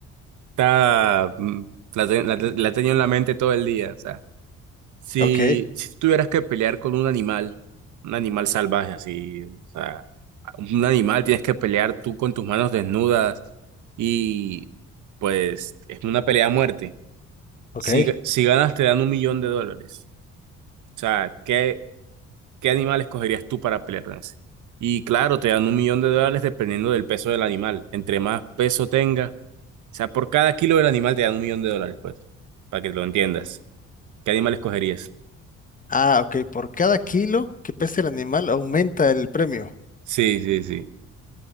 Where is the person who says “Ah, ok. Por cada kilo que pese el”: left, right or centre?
Left